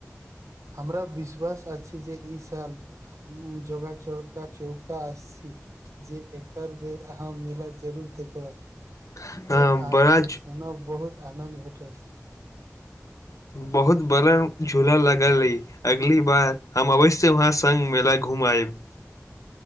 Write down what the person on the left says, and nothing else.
अ
बड़ा
बहुत बड़र झूला लगल अय अगली बार हम अवश्य वहाँ संग मेला घुम आएब